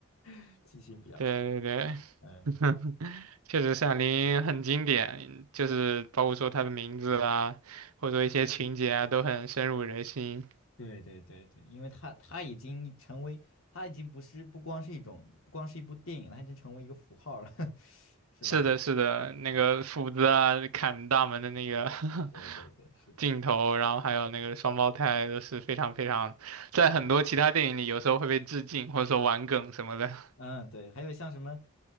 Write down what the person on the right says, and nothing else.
对对对，
<laughs> 确实《闪灵》很经典，
就是包括说它的名字啦，或者说一些情节啊，都很深入人心。
是的，是的，那个斧子啊，
砍大门的那个 <laughs>
镜头，然后还有那个双胞胎都是非常非常，在很多其他电影里有时候会被致敬或者说玩梗什么的。
<laughs>